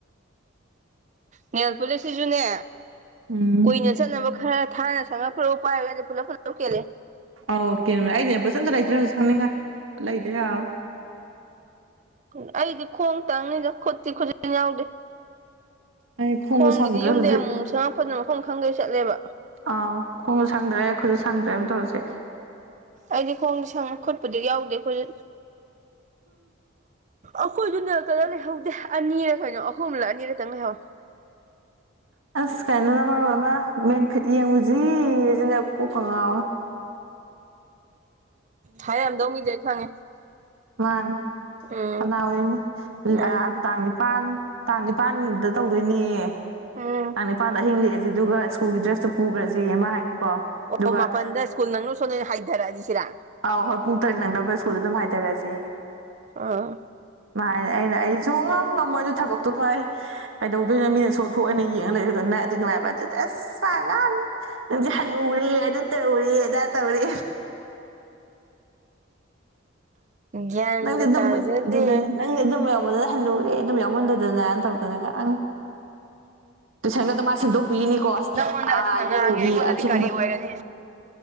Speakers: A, on the right (about 40°); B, on the right (about 75°).
A: ꯅꯦꯜꯄꯨꯂꯤꯁ ꯁꯤꯁꯨꯅꯦ
B: ꯎꯝ
A: ꯀꯨꯏꯅ ꯆꯠꯅꯕ ꯈꯔ ꯊꯥꯅ ꯁꯪꯉ ꯄꯣꯠ ꯄꯥꯏꯔꯒꯗꯤ ꯄꯨꯂꯞ ꯄꯨꯂꯞ ꯀꯦꯜꯂꯦ
B: ꯑꯧ ꯀꯦꯟꯕꯅꯦ ꯑꯩ ꯅꯦꯜꯄꯨꯂꯤꯁ ꯑꯝꯇ ꯂꯩꯇ꯭ꯔꯦ ꯍꯧꯖꯤꯛ ꯁꯪꯅꯤꯡꯉꯥꯏ ꯂꯩꯗ ꯌꯥꯔꯣꯏ
A: ꯎ ꯑꯩꯗꯤ ꯈꯣꯡ ꯇꯪꯅꯤꯗ ꯈꯨꯠꯇꯤ ꯈꯨꯖꯤꯟ ꯌꯥꯎꯗꯦ
B: ꯑꯩ ꯈꯣꯡꯁꯨ
A: ꯈꯣꯡꯒꯤꯗꯤ
B: ꯁꯪꯗ꯭ꯔꯦ
A: ꯌꯨꯝꯗꯩꯩ
B: ꯍꯧꯖꯤꯛ
A: ꯑꯃꯨꯛ ꯑꯃꯨꯛ ꯁꯪꯉꯛꯄꯗꯨꯅ ꯃꯐꯝ ꯈꯪꯗꯩ ꯆꯠꯂꯦꯕ
B: ꯑꯥꯎ ꯈꯣꯡꯁꯨ ꯁꯪꯗ꯭ꯔꯦ ꯈꯨꯠꯁꯨ ꯁꯪꯗ꯭ꯔꯦ ꯑꯃꯇ ꯍꯧꯖꯤꯛ
A: ꯑꯩꯗꯤ ꯈꯣꯡꯗꯤ ꯁꯪꯉꯦ ꯈꯣꯠꯄꯨꯗꯤ ꯌꯥꯎꯗꯦ ꯈꯨꯖꯤꯟ ꯑꯩꯈꯣꯏꯗꯨ ꯅꯦꯜ ꯀꯂꯔ ꯂꯩꯍꯧꯗꯦ ꯑꯅꯤꯔ ꯀꯩꯅꯣ ꯑꯍꯨꯝꯂ ꯑꯅꯤꯔꯇꯪ ꯂꯩꯍꯧꯋꯦ
B: ꯑꯁ ꯀꯥꯏꯅꯅ ꯃꯔꯣꯟ ꯑꯃ ꯃꯦꯟ ꯐꯤꯠ ꯌꯦꯡꯉꯨꯖꯤꯁꯤꯅꯦꯕꯨ ꯀꯣꯛꯀ ꯉꯥꯎꯏ
A: ꯍꯤꯏꯔꯝꯗꯧ ꯃꯤꯗꯨ ꯑꯩ ꯈꯪꯉꯦ
B: ꯃꯥꯟꯅꯤ
A: ꯎꯝ
B: ꯀꯅꯥ ꯑꯣꯏꯅꯤ
A: ꯎꯝ
B: ꯑ ꯇꯥꯡ ꯅꯤꯄꯥꯟ ꯇꯥꯡ ꯅꯤꯄꯥꯟꯗ ꯇꯧꯗꯣꯏꯅꯦ
A: ꯎꯝ
B: ꯇꯥꯡ ꯅꯤꯄꯥꯟꯗ ꯑꯍꯤꯡ ꯂꯦꯛꯛꯑꯁꯤ ꯑꯗꯨꯒ ꯁ꯭ꯀꯨꯜꯒꯤ ꯗ꯭ꯔꯦꯁꯇꯨ ꯄꯨꯒ꯭ꯔꯥꯁꯦꯌꯦ ꯃꯥ ꯍꯥꯏꯅꯤꯀꯣ
A: ꯑꯣ
B: ꯑꯗꯨꯒ
A: ꯃꯥꯄꯜꯗ ꯁ꯭ꯀꯨꯜ ꯅꯪꯅꯕ ꯁꯣꯝꯗ ꯑꯣꯏꯅ ꯍꯥꯏꯊꯔꯛꯑꯁꯤ ꯁꯤꯔ
B: ꯑꯧ ꯍꯣꯏ ꯄꯨꯡ ꯇꯔꯦꯠ ꯅꯪꯅꯕ ꯁ꯭ꯀꯨꯜꯗ ꯑꯗꯨꯝ ꯍꯥꯏꯊꯔꯛꯑꯁꯦꯌꯦ
A: ꯑꯥ
B: ꯃꯥꯥ ꯍꯥꯏꯅꯤ ꯑꯩꯅ ꯑꯩꯗꯤ ꯁꯨꯛꯉꯝ ꯉꯝꯃꯣꯏ ꯑꯗꯨꯏ ꯊꯕꯛꯇꯨꯃ ꯀꯩꯗꯧꯗꯣꯏꯅꯣ ꯃꯤꯅ ꯁꯣꯊꯣꯛꯑ ꯑꯩꯅ ꯌꯦꯡꯉ ꯂꯩꯔ ꯅꯗꯤ ꯅꯨꯡꯉꯥꯏꯕ ꯑꯗꯨꯗ ꯑꯁ ꯉꯥꯡꯉꯤ ꯅꯪꯗꯤ ꯍꯜꯄꯨꯔꯦ ꯑꯗꯨ ꯇꯧꯔꯦ ꯑꯗꯥ ꯇꯧꯔꯦ
A: ꯒ꯭ꯌꯥꯟꯒ
B: ꯅꯪꯗꯤ ꯑꯗꯨꯝꯕꯩ
A: ꯇꯥꯖꯗꯦ
B: ꯑꯗꯨꯅꯦ ꯅꯪꯗꯤ ꯑꯗꯨꯝꯝꯕ ꯌꯥꯎꯕꯗꯅ ꯍꯜꯅꯨꯔꯦ ꯑꯗꯨꯝ ꯌꯥꯎꯃꯟꯗꯗꯅ ꯇꯧꯗꯅ ꯉꯥꯡ ꯇꯨꯏꯁꯟꯒꯗꯣ ꯃꯥ ꯁꯦꯝꯗꯣꯛꯄꯤꯔꯤꯅꯤꯀꯣ ꯑꯁ
A: ꯅꯪꯉꯣꯟꯗ
B: ꯑꯥ
A: ꯑꯗꯨꯝꯅ ꯉꯥꯡꯉꯦ
B: ꯌꯨꯝꯒꯤ
A: ꯑꯩꯉꯣꯟꯗꯗꯤ
B: ꯑꯊꯦꯡꯕ
A: ꯀꯔꯤ ꯑꯣꯏꯔꯅꯤ